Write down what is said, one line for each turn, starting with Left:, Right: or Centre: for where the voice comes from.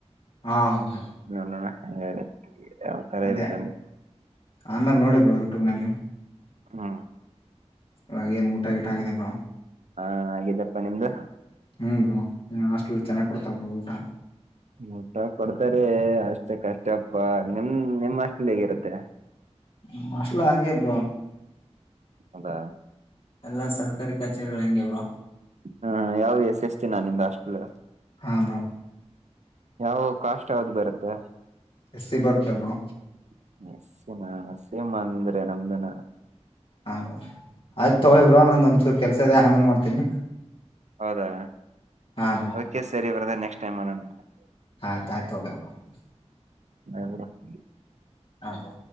Left: ಹಾ ಬ್ರೋ
Right: ನೋಡೋಣ <unintelligible> ಯಾವ ತರ
Left: ಅದೇ
Right: ಇರುತ್ತೆ ಅಂತ್.
Left: ಆಮೇಲೆ ನೋಡಿ ಬ್ರೋ ಯೂಟ್ಯೂಬ್ನಲ್ಲಿ.
Right: ಹಾ
Left: ಇವಾಗ ಏನ್ ಊಟಾ ಗಿಟಾ ಆಗಿದೆ ಬ್ರೋ.
Right: ಹಾ ಆಗ್ಯದಪ್ಪಾ ನಿಮ್ದ.
Left: ಹ್ಮು ಬ್ರೋ. ಹಾಸ್ಟೆಲ್ ಚೆನ್ನಾಗ್ ಕೊಡ್ತಾವ ಬ್ರೋ ಊಟ
Right: ಊಟ ಕೊಡ್ತಾರೆ ಅಷ್ಟ ಅಷ್ಟಕ್ ಕಷ್ಟಪ್ಪ ನಿಮ್ ನಿಮ್ಮ್ ಹಾಸ್ಟೇಲ್ ಹೇಗಿರುತ್ತೆ.
Left: ನಮ್ಮ ಹಾಸ್ಟೇಲ್ ಹಂಗೆ ಬ್ರೋ.
Right: ಹೌದಾ
Left: ಎಲ್ಲ ಸರ್ಕಾರಿ ಕಚೇರಿಗಳು ಹೆಂಗೆ ಬ್ರೋ.
Right: ಹ ಯಾವ್ದ ಎಸ್-ಎಸ್-ಟಿ ನಿಮ್ದ ಹಾಸ್ಟೆಲ್.
Left: ಹಾ ಬ್ರೋ.
Right: ಯಾವ ಕಾಸ್ಟ್ ಯಾವ್ದ ಬರುತ್ತೆ.
Left: ಎಸ್ ಸಿ ಬರುತ್ತೆ ಬ್ರೋ
Right: <unintelligible>
Left: ಹ ಆಯ್ತ
Right: ಹ್ಮ್
Left: ತಗೊಳ್ಳಿ ಬ್ರೋ ನಂದೊಂದ್ ಕೆಲಸ ಇದೆ. ಆಮೇಲ್ ಮಾಡ್ತೀನಿ
Right: ಹೌದಾ
Left: ಹಾ ಬ್ರೋ
Right: ಓಕೆ ಸರಿ <unintelligible> ನೆಸ್ಟ್ ಟೈಮ್ ಮಾಡೋಣಂತ.
Left: ಆಯ್ತ್ ಆಯ್ತ್ <unintelligible>
Right: <unintelligible>
Left: ಹಾ ಬ್ರೋ.